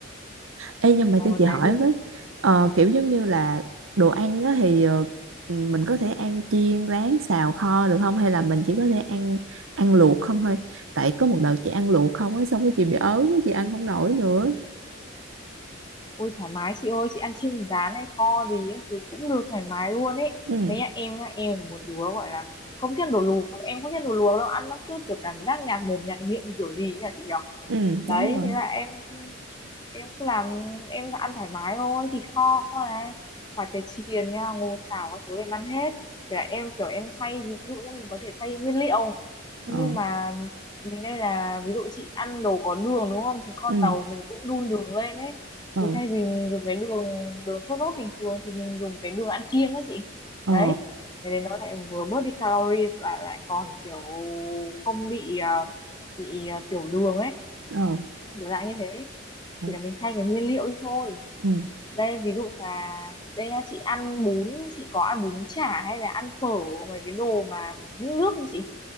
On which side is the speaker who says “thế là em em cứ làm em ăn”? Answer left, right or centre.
Left